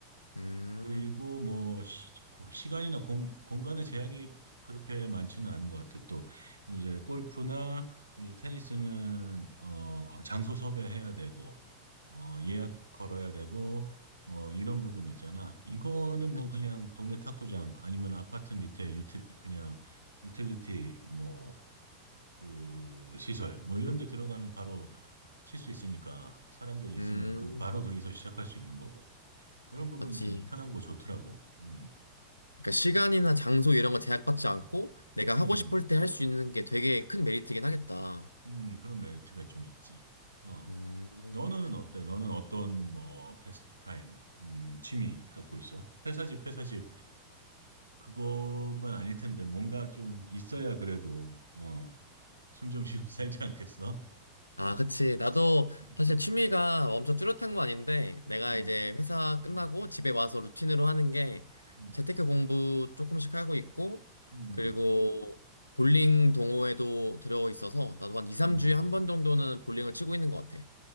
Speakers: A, on the left (about 80°); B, on the right (about 80°).
A: 음.
B: 그리고 뭐 시, 고- 시간이나 공, 공간의 제약이 그렇게 많지는 않은 것 같아. 또 이제 골프나 이제 테니스는 어, 장소 섭외해야 되고 어, 예약 걸어야 되고 뭐 이런 부분 있잖아. 이거는
A: 그치.
B: 뭐 그냥 동네 탁구장 아니면 아파트 밑에 유티, 그냥 유틸리티 뭐 그 시설 뭐 이런 데 들어가면 바로 칠 수 있으니까 사람들이 있으면
A: 음.
B: 그 바로 거기서 시작할 수 있는 거고 그런 부분이
A: 맞지.
B: 좀 편하고 좋더라고. 음.
A: 그러니까 시간이나 장소 이런 거 제약받지 않고
B: 음,
A: 내가 하고
B: 음,
A: 싶을 때 할 수 있는 게 되게 큰 메리트긴 하겠다.
B: 음, 그런 메리트가 좀 있지. 어,
A: 음.
B: 너는 어때? 너는 어떤 뭐 패스트타임, 음, 취미 갖고 있어? 회사 집, 회사 집 그것만 아닐 텐데 뭔가 좀 있어야 그래도 어, 숨 좀 쉬고 <laughs> 살지 않겠어?
A: 아,
B: 어,
A: 그치. 나도
B: 음,
A: 사실 취미가 엄청 뚜렷한 건 아닌데 내가
B: 음,
A: 이제 회사 끝나고
B: 음,
A: 집에 와서 루틴으로 하는 게
B: 음,
A: 재테크 공부 조금씩 하고 있고
B: 음,
A: 그리고 볼링 동호회도 들어가 있어서 나도 한 2, 3주에
B: 음,
A: 한 번 정도는 볼링을
B: 음,
A: 치고 있는 것 같아.